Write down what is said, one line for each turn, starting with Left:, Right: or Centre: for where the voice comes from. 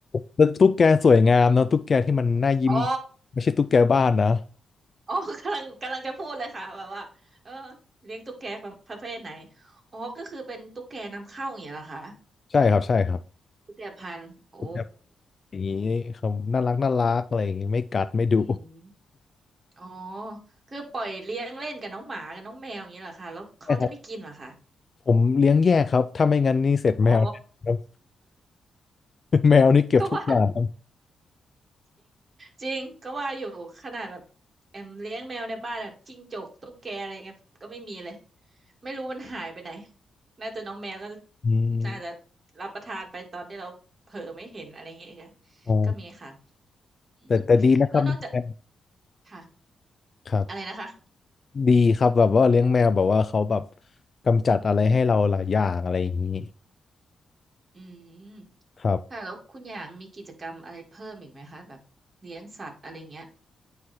Left: แล้วตุ๊กแกสวยงามนะตุ๊กแกที่มันน่ายิ้ม
Right: อ๋อ
Left: ไม่ใช่ตุ๊กแกบ้านนะ
Right: อ๋อ <laughs> กำลังกำลังจะพูดเลยค่ะแบบว่าเออเลี้ยงตุ๊กแกประประเภทไหนอ๋อก็คือเป็นตุ๊กแกนำเข้าอย่างเงี้ยเหรอคะ
Left: ใช่ครับใช่ครับ
Right: ตุ๊กแกพันธุ์โอ้
Left: ตุ๊กแกอย่างนี้เขาน่ารักน่ารักอะไรอย่างนี้ไม่กัดไม่ดุ
Right: อืมอ๋อคือปล่อยเลี้ยงเล่นกับน้องหมากับน้องแมวอย่างเงี้ยเหรอคะแล้วเขาจะไม่กินเหรอคะ
Left: ใช่ครับ <laughs> ผมเลี้ยงแยกครับถ้าไม่งั้นนี่เสร็จแมว
Right: อ๋อ
Left: <laughs> แน่ครับ <laughs> แมวนี่เก็บทุกอย่างครับ
Right: ก็ว่า จริงก็ว่าอยู่ขนาดแบบแอมเลี้ยงแมวในบ้านแบบจิ้งจกตุ๊กแกอะไรเงี้ยก็ไม่มีเลยไม่รู้มันหายไปไหนน่าจะน้องแมวก็
Left: อืม
Right: น่าจะรับประทานไปตอนที่เราเผลอไม่เห็นอะไรเงี้ยก็
Left: อ๋อ
Right: ก็มีค่ะอืม
Left: แต่แต่ดีนะครับเลี้ยงแมว
Right: แล้วนอกจากค่ะ
Left: ครับ
Right: อะไรนะคะ
Left: ดีครับแบบว่าเลี้ยงแมวแบบว่าเขาแบบกำจัดอะไรให้เราหลายอย่างอะไรอย่างนี้
Right: อืม
Left: ครับ
Right: ค่ะแล้วคุณอย่างมีกิจกรรมอะไรเพิ่มอีกไหมคะแบบเลี้ยงสัตว์อะไรเงี้ย